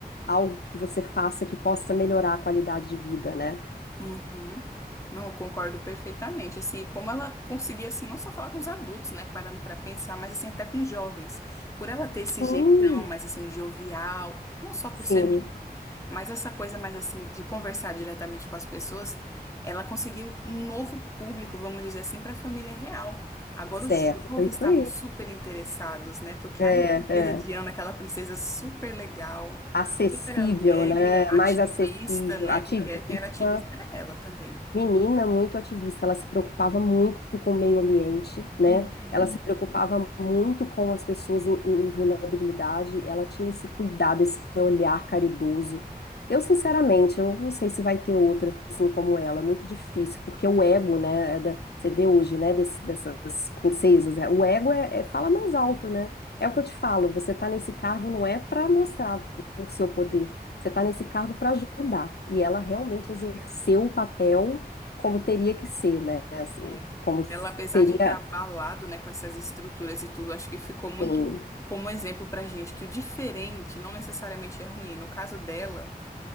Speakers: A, on the left; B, on the left.
A: algo que você faça que possa melhorar a qualidade de vida, né?
B: Uhum. Não, eu concordo perfeitamente. Assim, como ela conseguia, assim, não só falar com os adultos, né, parando pra pensar, mas assim até com os jovens, por ela ter esse
A: Sim,
B: jeitão mais assim jovial, não só por
A: sim,
B: ser nova, mas essa coisa mais assim de conversar diretamente com as pessoas, ela conseguiu um novo público, vamos dizer assim, para a família real. Agora
A: certo,
B: os jovens
A: é isso
B: estavam
A: aí.
B: super interessados, né? Porque
A: É,
B: ai, princesa
A: é.
B: Diana, aquela princesa super legal.
A: Acessível,
B: Super alegre,
A: né?
B: é ativista,
A: Mais acessível,
B: né?
A: ativista.
B: Porque quem era ativista era ela também.
A: Menina muito ativista, ela se preocupava muito com o meio ambiente, né?
B: Uhum.
A: Ela se preocupava muito com as pessoas em, em vulnerabilidade, ela tinha esse cuidado, esse olhar caridoso. Eu, sinceramente, eu não sei se vai ter outra assim como ela, é muito difícil, porque o ego, né, é da- você vê hoje, né, desse- dessas princesas, é, o ego é, é- fala mais alto, né? É o que eu te falo, você tá nesse cargo não é para mostrar o seu poder, você tá nesse cargo para ajudar. E ela realmente exerceu o papel como teria que ser, né? Assim,
B: É.
A: como
B: Ela, apesar
A: seria,
B: de ter abalado, né, com essas estruturas e tudo, acho que ficou muito
A: assim,
B: como exemplo pra gente que o diferente não necessariamente é ruim. No caso dela,